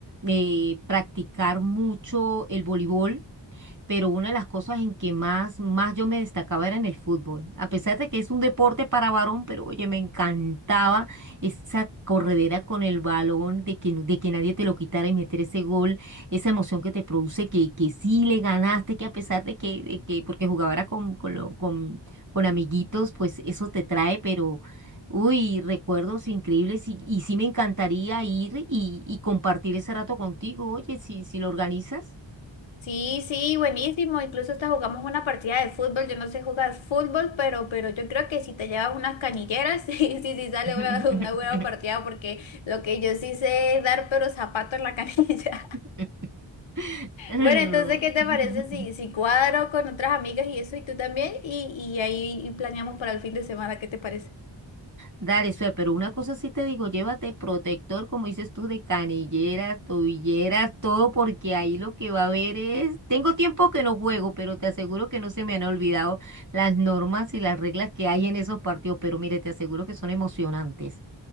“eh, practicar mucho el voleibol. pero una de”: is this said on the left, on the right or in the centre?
Right